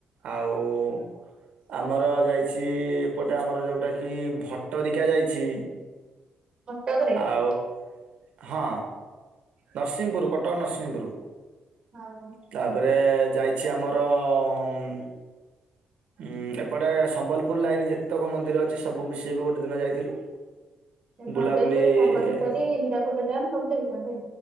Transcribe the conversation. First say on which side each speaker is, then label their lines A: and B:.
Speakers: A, on the right; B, on the right.
A: ଆଉ ଆମର ଯାଇଛି, ଏପଟେ ଆମର ଯଉଟାକି ଭଟ୍ ଟ୍ଟରିକା ଯାଇଛି।
B: କଟକରେ
A: ଆଉ
B: ହଁ
A: ହଁ, ନରସିଂହପୁରୁ କଟକ ନରସିଂହପୁରୁ।
B: ହଁ।
A: ତା'ପରେ ଯାଇଛି, ଆମର-ର-ଅମ୍ ହୁଁ, ଏପଟେ ସମ୍ବଲପୁର ଲାଇନ୍ ଯେତେକ ମନ୍ଦିର ଅଛି, ସବୁ ବି ସିଏ ବି ଗୋଟେ ଦିନ ଯାଇଥିଲୁ।
B: ଏ ଘଣ୍ଟେଶ୍ୱରୀ,
A: ବୁଲାବୁଲି
B: ସମ୍ବଲେଶ୍ୱରୀ, ହୀରାକୁଦ ଡ୍ୟାମ୍ ସବୁ ଦେଖୀଛନ୍ତି।